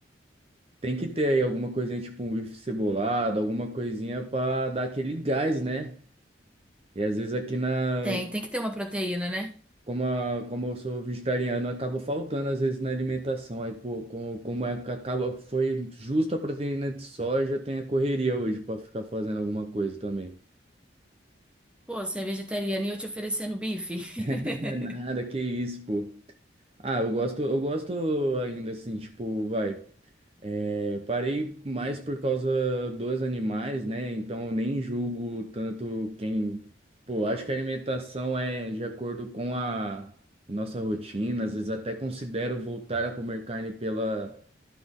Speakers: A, on the right; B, in the centre.
A: tem que ter aí alguma coisinha, tipo um bife cebolado, alguma coisinha para dar aquele gás, né? E às vezes aqui na
B: Tem, tem que ter uma proteína, né?
A: Como, a- como eu sou vegetariano, acaba faltando às vezes na alimentação. Aí, pô, como, como é que acaba, foi justo a proteína de soja, tem a correria hoje para ficar fazendo alguma coisa também.
B: Pô, você é vegetariana e eu te oferecendo bife. <laughs>
A: É nada, que isso, pô. Ah, eu gosto, eu gosto ainda assim, tipo, vai. é, parei mais por causa dos animais, né? Então eu nem julgo tanto quem. Pô, acho que a alimentação é de acordo com a nossa rotina, às vezes até considero voltar a comer carne pela